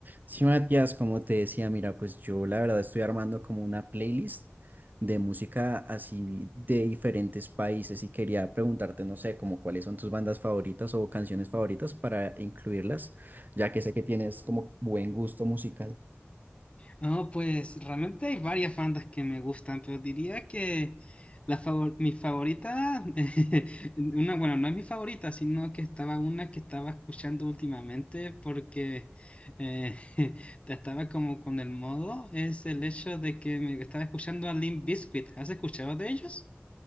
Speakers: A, on the right (about 45°); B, on the left (about 30°).
A: Sí, Matías, como te decía, mira, pues yo la verdad estoy armando como una playlist de música así de diferentes países y quería preguntarte, no sé, como cuáles son tus bandas favoritas o canciones favoritas para incluirlas, ya que sé que tienes como buen gusto musical.
B: No, pues realmente hay varias bandas que me gustan, pero diría que la favor- mi favorita, <laughs> una, bueno, no es mi favorita, sino que estaba una que estaba escuchando últimamente porque eh, <laughs> estaba como con el modo, es el hecho de que me estaba escuchando a Limp Bizkit. ¿Has escuchado de ellos?